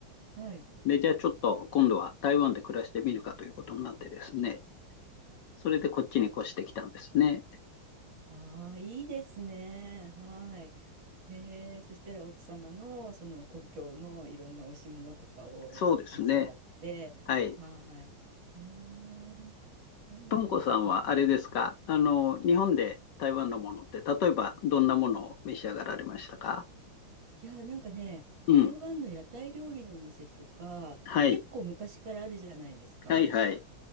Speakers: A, on the right (about 60°); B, on the left (about 65°).
A: はい。
B: で、じゃあちょっと今度は台湾で暮らしてみるかということになってですね、それでこっちに越してきたんですね。
A: ああ、いいですね。はい。へえ。そしたら奥様のその故郷のいろんなおいしいものとかを召し上がって。
B: そうですね。はい。
A: はい。うーん。そうなんですか。
B: ともこさんはあれですか、あの、日本で台湾のものって、例えばどんなものを召し上がられましたか
A: いや、なんかね、
B: うん。
A: 台湾の屋台料理のお店とか、
B: はい。
A: 結構昔からあるじゃないですか。
B: はいはい。